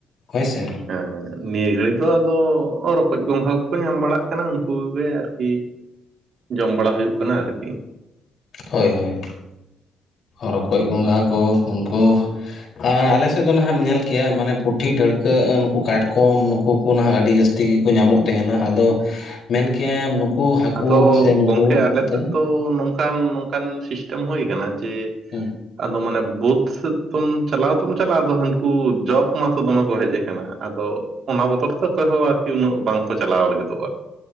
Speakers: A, on the left; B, on the right.
A: ᱦᱳᱭᱥᱮ
B: ᱦᱮᱸ ᱱᱤᱭᱟᱹ ᱜᱷᱟᱹᱲᱤᱡ ᱫᱚ ᱟᱫᱚ ᱨᱚᱠᱚᱡ ᱜᱚᱸᱜᱷᱟ ᱠᱚᱠᱚ ᱧᱟᱢ ᱵᱟᱲᱟᱜ ᱠᱟᱱᱟ ᱩᱱᱠᱩ ᱠᱚᱜᱮ ᱟᱨᱠᱤ ᱡᱚᱢ ᱵᱟᱲᱟ ᱦᱩᱭᱩᱜ ᱠᱟᱱᱟ ᱟᱨᱠᱤ
A: ᱦᱳᱭ ᱦᱳᱭ, ᱨᱚᱠᱚᱡ ᱜᱚᱸᱜᱷᱟ ᱠᱚ ᱩᱱᱠᱩ ᱟᱨ ᱟᱞᱮᱥᱮᱫ ᱫᱚ ᱱᱟᱦᱟᱜ ᱮᱢ ᱧᱮᱞ ᱠᱮᱭᱟ ᱢᱟᱱᱮ ᱯᱩᱴᱷᱤ ᱰᱟᱹᱲᱠᱟᱹᱜ ᱠᱟᱴᱠᱚᱢ ᱱᱩᱠᱩ ᱱᱩᱠᱩ ᱱᱟᱦᱟᱜ ᱟᱹᱰᱤ ᱡᱟᱹᱥᱛᱤ ᱜᱮᱠᱚ ᱧᱟᱢᱚᱜ ᱛᱟᱦᱮᱱᱟ ᱟᱫᱚ ᱢᱮᱱ ᱠᱮᱭᱟᱢ ᱱᱩᱠᱩ ᱦᱟᱹᱠᱩ
B: ᱟᱫᱚ
A: ᱥᱮ ᱱᱩᱠᱩ
B: ᱜᱚᱝᱠᱮ ᱟᱞᱮ
A: ᱮᱱᱛᱮ
B: ᱥᱮᱫ ᱫᱚ ᱱᱚᱝᱠᱟ ᱱᱚᱝᱠᱟᱱ ᱱᱚᱝᱠᱟᱱ ᱥᱤᱥᱴᱮᱢ ᱦᱳᱭ ᱟᱠᱟᱱᱟ ᱡᱮ
A: ᱦᱮᱸ
B: ᱟᱫᱚ ᱢᱟᱱᱮ ᱵᱩᱫ ᱥᱩᱫ ᱛᱚᱢ ᱪᱟᱞᱟᱣ ᱛᱚᱢ ᱪᱟᱞᱟᱜᱼᱟ, ᱟᱫᱚ ᱦᱟᱹᱱᱠᱩ ᱡᱚᱠ ᱢᱟᱛᱚ ᱫᱚᱢᱮ ᱠᱚ ᱦᱮᱡᱽ ᱟᱠᱟᱱᱟ ᱟᱫᱚ ᱚᱱᱟ ᱵᱚᱛᱚᱨᱛᱮ ᱚᱠᱚᱭᱦᱚᱸ ᱟᱨᱠᱤ ᱩᱱᱟᱹᱜ ᱵᱟᱝᱠᱚ ᱪᱟᱞᱟᱣ ᱞᱟᱹᱜᱤᱛᱚᱜ-ᱟ,